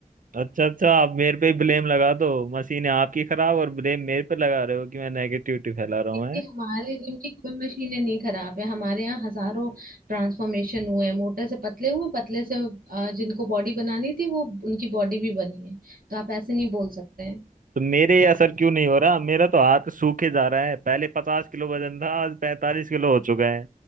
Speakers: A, on the right; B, on the right.
A: अच्छा अच्छा आप मेरे पे ही ब्लेम लगा दो मशीन है आपकी खराब और ब्लेम मेरे पे लगा रहे हो कि मैं नेगेटिविटी फैला रहा
B: देखिए
A: हूँ
B: हमारे जिम की कोई मशीनें नहीं खराब है हमारे यहाँ हजारों ट्रांसफॉर्मेशन हुए हैं मोटे से पतले हुए पतले से अ, जिनको बॉडी बनानी थी वो उनकी बॉडी भी बनी है तो आप ऐसे नहीं बोल सकते हैं
A: तो मेरे ये असर क्यों नहीं हो रहा मेरा तो हाथ सूखे जा रहा है पहले पचास किलो वजन था आज पैंतालीस किलो हो चुका है